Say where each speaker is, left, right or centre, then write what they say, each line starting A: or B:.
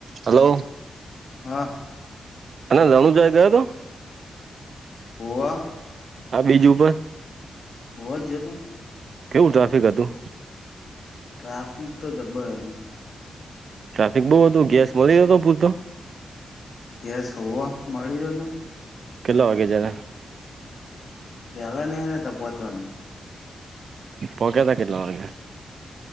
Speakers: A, on the right; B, on the left.
A: Hello
B: હાહ
A: અને રાણુજા ગયો તો
B: હોવા
A: હ બીજું ઉપ
B: હો જ જો તું
A: કેવું ટ્રાફિક હતું
B: ટ્રાફિક તો જબ્બર હતું
A: ટ્રાફિક બઉ હતું ગેસ મળી ગતો પૂરતો
B: ગેસ હોવ મળી રહ્યો ત
A: કેટલા વાગે જ્યારે
B: વેલા નહ્યા હતા પોહોચવાની
A: પોકેતા કેટલાવાગે